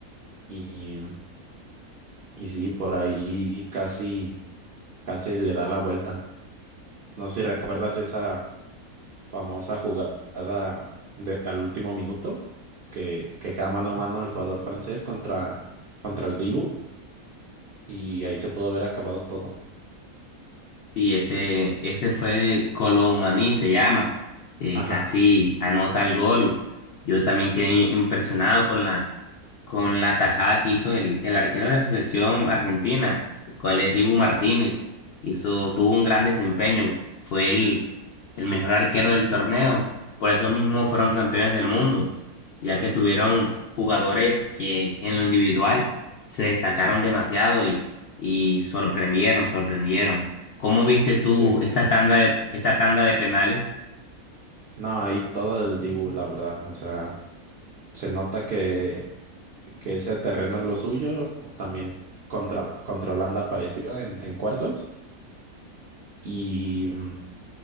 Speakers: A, on the right (about 70°); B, on the left (about 80°).
A: y, y sí, por ahí casi, casi le da la vuelta. No sé si recuerdas esa famosa jugada de, al último minuto que, que queda mano a mano el jugador francés contra, contra el Dibu y ahí se pudo haber acabado todo.
B: Y ese, ese fue Colomani, se llama. Eh,
A: Ajá.
B: casi anota el gol. Yo también quedé impresionado con la, con la tajada que hizo el, el arquero de la selección argentina, cual es Dibu Martínez. Hizo, tuvo un gran desempeño. Fue el, el mejor arquero del torneo. Por eso mismo fueron campeones del mundo, ya que tuvieron jugadores que en lo individual se destacaron demasiado y, y sorprendieron, sorprendieron. ¿Cómo viste tú
A: Sí,
B: esa tanda de, esa tanda de penales?
A: no, ahí todo el Dibu, la verdad. O sea, se nota que, que ese terreno es lo suyo. También contra, contra Holanda apareció en, en cuartos. Y mm,